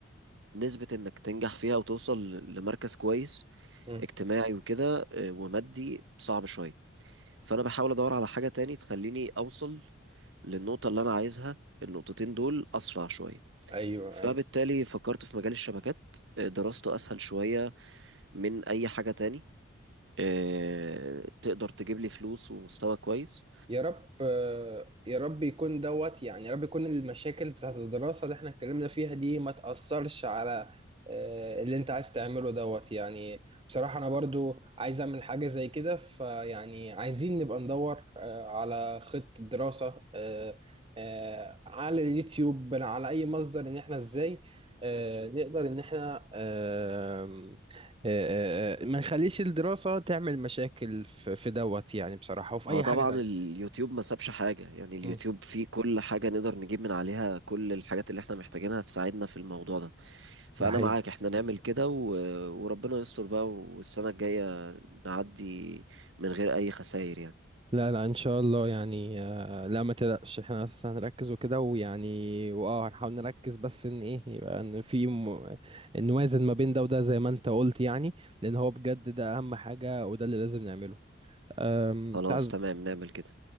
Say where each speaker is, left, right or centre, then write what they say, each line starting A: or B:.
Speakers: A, on the right; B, on the right.
A: نسبة انك تنجح فيها وتوصل ل- لمركز كويس
B: مم.
A: اجتماعي وكده آه، ومادي صعب شوية فانا بحاول ادور على حاجة تاني تخليني اوصل للنقطة اللي انا عايزها النقطتين دول اسرع شوية
B: ايوه
A: فبالتالي
B: ايوه
A: فكرت في مجال الشبكات آه، دراسته اسهل شوية من اي حاجة تاني آه، تقدر تجيب لي فلوس ومستوى كويس
B: يا رب آه، يا رب يكون دوت يعني يا رب يكون المشاكل بتاعت الدراسة اللي احنا اتكلمنا فيها دي ما تأثرش على آه، اللي انت عايز تعمله دوت يعني بصراحة انا برضو عايز اعمل حاجة زي كده فيعني عايزين نبقى ندور آه، على خطة دراسة آه، آه، على اليوتيوب على اي مصدر ان احنا ازاي آه، نقدر ان احنا آم، آه، آه، آه، ما نخليش الدراسة تعمل مشاكل في في دوت يعني بصراحة وفي
A: هو
B: اي
A: طبعا
B: حاجة تانية
A: اليوتيوب ما سابش حاجة يعني اليوتيوب
B: مم.
A: فيه كل حاجة نقدر نجيب من عليها كل الحاجات اللي احنا محتاجينها تساعدنا في الموضوع ده فأنا
B: ده حقيقي
A: معاك احنا نعمل كده و... وربنا يستر بقى والسنة الجاية نعدي من غير أي خسائر يعني
B: لا لا ان شاء الله يعني آه، لا ما تقلقش احنا بس هنركز وكده ويعني واه هنحاول نركز بس ان ايه يبقى ان في م... نوازن ما بين ده وده زي ما انت قلت يعني لان هو بجد ده اهم حاجة وده اللي لازم نعمله أم،
A: خلاص
B: تعز
A: تمام نعمل كده